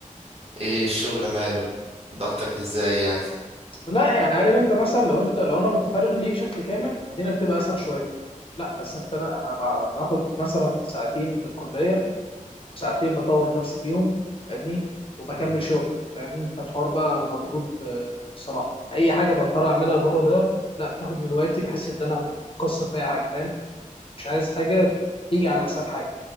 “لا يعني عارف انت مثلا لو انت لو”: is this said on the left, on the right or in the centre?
Left